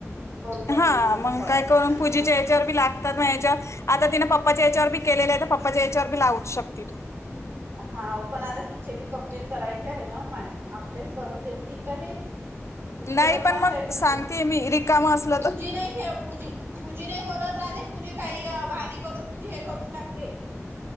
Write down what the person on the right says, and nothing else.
द्या
म्हणेन मला
कॉल
ह.
हा पण आता तिचे बी कंप्लेंट करायचे आहे ना माय आपलेस करू देततील का ते. पुूजी
त बदमाश
आहे
पूजी
पुूजी
नाहीे पूजी पुूजी नाही बोला. धे पूजे काही भाने करून पूजे हे करून टाकते.